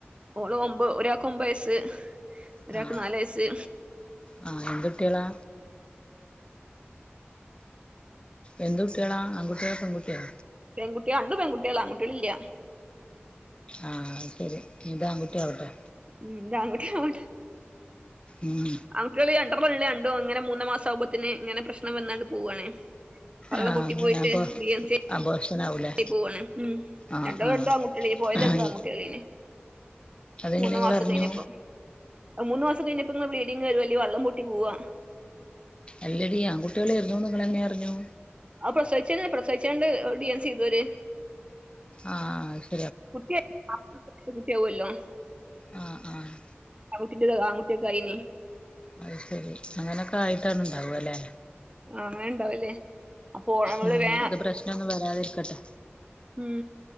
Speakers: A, on the right; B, on the left.
A: ഓള് ഒരാൾക്ക് ഒമ്പത് വയസ്സ്, ഒരാൾക്ക്
B: ആഹ്
A: നാല് വയസ്സ്.
B: ആഹ് എന്ത് കുട്ടികളാ എന്ത് കുട്ടിയേളാ? ആൺകുട്ടിയോ പെൺകുട്ടിയോ
A: പെൺകുട്ടിയാ. രണ്ടും പെൺകുട്ടിയേളാ. ആൺകുട്ടിയേ ളില്ല.
B: ആ ശരി ഇഞ്ദ് ആൺക്കുട്ടി ആവട്ടേ.
A: ഉം ഇതാൺക്കുട്ടി ആവട്ടേ
B: ഉം
A: ആൺകുട്ടിയേള് രണ്ട്രണം ഇള്ളേ ക രണ്ടും അങ്ങനെ മൂന്ന് മാസാവുമ്പോത്തിന് ഇങ്ങനെ പ്രശ്‌നം വന്നാണ്ട് പോവാണേ. പള്ള
B: ആഹ്
A: പൊട്ടി
B: അങ്ങനെ
A: പോയിട്ട്
B: അപ്പൊ
A: ഡി എം സി
B: അബോർഷനാവൂലേ
A: പൊട്ടിപോവാണ്. ഉം
B: ആഹ്
A: രണ്ടോ രണ്ടോ ആൺകുട്ടിയേളേനി. ഈ പോയത്
B: ആഹ്
A: രണ്ടും ആൺകുട്ടിയേളേനി
B: അതെങ്ങനെ
A: മൂന്ന്
B: നിങ്ങൾ
A: മാസം
B: അറിഞ്ഞു
A: കഴിഞ്ഞപ്പം. അത് മൂന്ന് മാസം കഴിഞ്ഞ് <unintelligible> ങ്ങ ബ്ലീഡിങ്ങ രും അല്ലേ വള്ളം പൊട്ടി പോവാ.
B: അല്ലടി ആൺകുട്ടിയോളേര്ന്നൂന്ന് ന ഇങ്ങൾ എങ്ങനെ അറിഞ്ഞു?
A: അത് പ്രസവിച്ചന്നെ. പ്രസവിച്ചാണ്ട് ഡി എൻ സി ചെയ്തോര്.
B: ആഹ് അഹ് ശ
A: കുട്ടി <unintelligible> ആവുല്ലോ
B: ആഹ് ആഹ്
A: ആൺക്കുട്ടിൻ്റെ ദ് ആൺക്കുട്ടിയൊക്കായിനി.
B: അത് ശെരി അങ്ങനൊക്കെ ആയിട്ടാണ് ഇണ്ടാവ ലേ
A: അങ്ങനെ ഉണ്ടാവല്ലേ അപ്പൊ നമ്മള്
B: ഉം
A: വേ
B: ഇത് പ്രശ്നൊന്നും വരാതിരിക്കട്ടെ.
A: ഉം